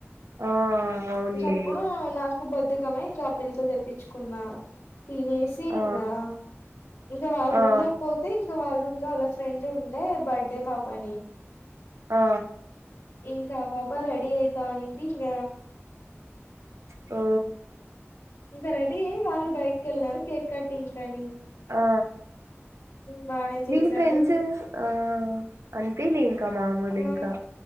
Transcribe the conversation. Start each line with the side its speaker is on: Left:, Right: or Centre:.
Right: ఆ అవునులే
Left: ఇంసప్పుడు నాకు బదు మ ఇంకా పిల్ తో తెప్పించుకున్నా తినేసి
Right: ఆ
Left: నా ఇంకా వాళ్ళ రూమ్
Right: ఆ
Left: లోకి పోతే ఇంకా వాళ్ళ రూమ్ లో అలా ఫ్రెండ్ ఉండే బర్త్డే పాపని
Right: ఆ
Left: ఇంకా ఆ పాపా రెడి అయితా నింది ఇంగ
Right: ఆ
Left: ఇంకా రెడీ అయ్యి వాళ్ళు బయటకెళ్ళినారు కేక్ కట్టి ఇంగ్ అని
Right: ఆ
Left: బానే చేసారు
Right: మీ ఫ్రెండ్స్ ఆ అన్పిలే ఇంకా మామూలు
Left: ఆ
Right: ఇంకా